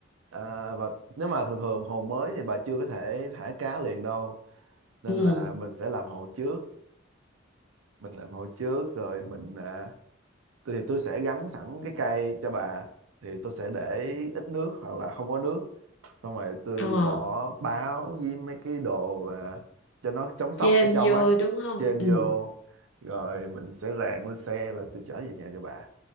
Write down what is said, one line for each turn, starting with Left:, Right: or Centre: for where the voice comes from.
Right: à, và nếu mà thường thường hồ mới thì bà chưa có thể thả cá liền đâu nên
Left: Ừ.
Right: là mình sẽ làm hồ trước mình làm hồ trước rồi mình à, tôi thì tôi sẽ gắn sẵn cái cây cho bà thì tôi sẽ để ít nước hoặc là không có nước xong rồi tôi
Left: Ờ,
Right: bỏ báo với mấy cái đồ à, cho nó chống sốc
Left: chêm
Right: ở trong
Left: vô
Right: á
Left: đúng không?
Right: chêm
Left: Ừ.
Right: vô rồi mình sẽ rang lên xe rồi tôi chở về nhà cho bà